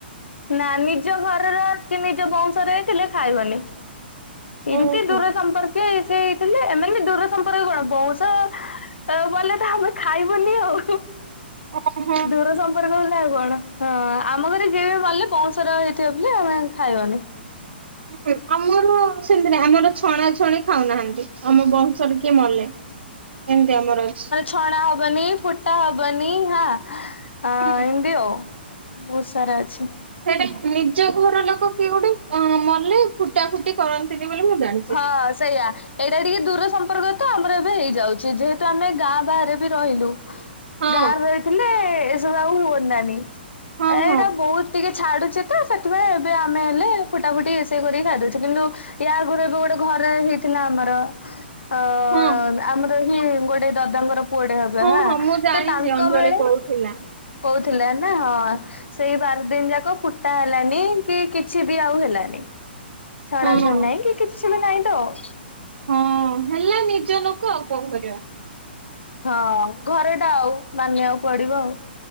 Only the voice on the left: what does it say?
ନା ନିଜ ଘରର କି ନିଜ ବଂଶରେ ହେଇଥିଲେ ଖାଇବନି। ଏମିତି
ଦୂର ସମ୍ପର୍କୀୟ ଇଏ ସିଏ ହେଇଥିଲେ ଏମାନେ ଦୂର ସମ୍ପର୍କୀୟ କଣ ବଉଁଶ ତ ବଲେ ତ ଆମେ ଖାଇବୁନି ଆଉ,
ଦୂର ସମ୍ପ ସମ୍ପର୍କ ବଲେ ଆଉ କଣ ହଁ ଆମ ଘରେ ଯିଏ ବି ମଲେ ବଉଁଶର ହେଇଥିବ ବେଲେ ଆମେ ଖାଇବୁନି।
ଛଣା ହବନି, ଫୁଟା ହବନି ହାଁ। ହଁ
ଏମିତି ଆଉ, ବହୁତ୍ ସାରା ଅଛି।
ହଁ ସେଇଆ। ଏଇଟା ଟିକେ ଦୂର ସମ୍ପର୍କ ତ ଆମର ଏବେ ହେଇଯାଉଛି, ଯେହେତୁ ଆମେ ଗାଁ ବାହାରେ ବି ରହିଲୁ।
ଗାଁରେ ରହିଥିଲେ ଏସବୁ ଆଉ ହୁଅନ୍ତାନି।
ଏଇଟା
ବହୁତ ଟିକେ ଛାଡୁଛି ତ ସେଥିପାଇଁ ଏବେ ଆମେ ହେଲେ ଫୁଟା ଫୁଟି ଇଏ ସିଏ କରିକି ଖାଇଦଉଛୁ। କିନ୍ତୁ ୟା ଆଗରୁ ଏବେ ଗୋଟେ ଘରେ ହେଇଥିଲା ଆମର ଆ
ଆମର ହିଁ ଗୋଟେ ଦଦାଙ୍କର ପୁଅଟେ ହେବେ
ହାଁ
ତ ତାଙ୍କ
ବେଳେ
କହୁଥିଲା ନା ହଁ ସେଇ ବାର ଦିନ ଯାକ ଫୁଟା ହେଲାନି କି କିଛି ବି ଆଉ ହେଲାନି। ଛଣାଛଣି
ନାହିଁ କି କିଛି ବି ନାହିଁ ତ ଆଉ।
ହଁ, ଘରଟା ଆଉ ମାନିବାକୁ ପଡିବ ଆଉ।